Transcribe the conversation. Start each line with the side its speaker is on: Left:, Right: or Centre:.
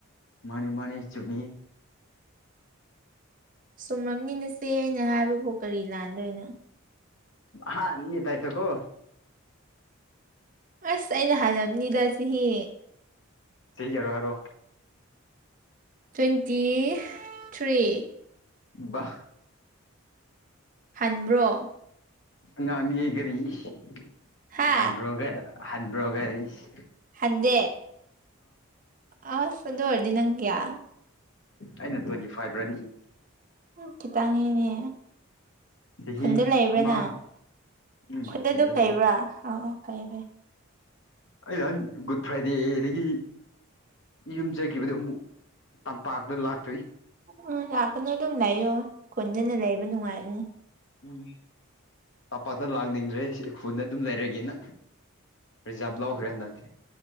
Left: ꯃꯥꯅꯤ ꯃꯥꯅꯤ ꯆꯨꯝꯃꯤ
Right: ꯁꯨꯝꯔꯝꯅꯤꯅꯁꯦ ꯑꯩꯅ ꯍꯥꯏꯕꯕꯨꯣ ꯀꯔꯤ ꯂꯥꯟꯗꯣꯏꯅꯣ
Left: ꯍꯥꯗꯥꯏ ꯇ ꯀꯣ
Right: ꯑꯁ ꯑꯩꯅ ꯍꯥꯏꯂꯝꯅꯤꯗ ꯆꯍꯤ
Left: ꯆꯍꯤ ꯌꯥꯔꯣ ꯍꯥꯏꯔꯣ
Right: ꯇ꯭ꯋꯦꯟꯇꯤ ꯊ꯭ꯔꯤ
Left: ꯍ
Right: ꯍꯟꯕ꯭ꯔꯣ
Left: ꯉꯃꯤ ꯀꯔꯤꯁ
Right: ꯍꯥ
Left: ꯍꯠꯕ꯭ꯔꯣꯒ ꯍꯠꯕ꯭ꯔꯣꯒꯔꯤꯁꯤ
Right: ꯍꯗꯦ ꯑ ꯆ ꯑꯗꯨ ꯑꯣꯏꯔꯗ ꯅꯪ ꯀ꯭ꯌꯥ
Left: ꯑꯩꯅ ꯇ꯭ꯋꯦꯟꯇꯤ ꯐꯥꯏꯚ ꯔꯅꯤꯡ
Right: ꯆꯈꯤꯇꯉꯅꯦ
Left: ꯆꯍꯤ
Right: ꯈꯨꯟꯗ ꯂꯩꯕ꯭ꯔꯅ
Left: ꯑꯃ ꯎꯝ
Right: ꯈꯨꯟꯗ ꯑꯗꯨꯝ ꯂꯩꯕ꯭ꯔꯥ
Left: ꯂꯩ
Right: ꯑ ꯀꯩꯕ
Left: ꯑꯩ ꯅꯍꯥꯟ ꯒꯨꯗ ꯐ꯭ꯔꯥꯏꯗꯦꯗꯒꯤ ꯌꯨꯝ ꯆꯠꯈꯤꯕꯗꯨ ꯑꯃꯨꯛ ꯇꯝꯄꯥꯛꯇ ꯂꯥꯛꯇ꯭ꯔꯤ
Right: ꯎꯝ ꯂꯥꯛꯄꯅ ꯑꯗꯨꯝ ꯂꯩꯌꯣ ꯀꯣꯟꯖꯅ ꯂꯩꯕ ꯅꯨꯡꯉꯥꯏꯕꯅꯤ
Left: ꯎꯝ ꯇꯝꯄꯥꯛꯇ ꯂꯥꯡꯅꯤꯡꯗ꯭ꯔꯦ ꯁꯤ ꯈꯨꯨꯗ ꯑꯗꯨꯝ ꯂꯩꯔꯒꯦꯅ ꯔꯤꯖꯥꯕ ꯂꯧꯈ꯭ꯔꯦ ꯍꯟꯗꯛꯇꯤ